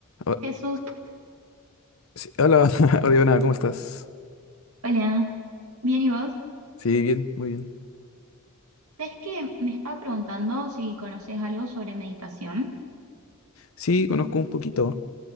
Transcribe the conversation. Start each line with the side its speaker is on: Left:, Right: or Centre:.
Left: O-
Right: Jesús,
Left: sí, hola, <laughs> Oriana, ¿cómo estás?
Right: hola. Bien, ¿y vos?
Left: Sí, bien, muy bien.
Right: ¿Sabés que me estaba preguntando si conocés algo sobre meditación?
Left: Sí, conozco un poquito.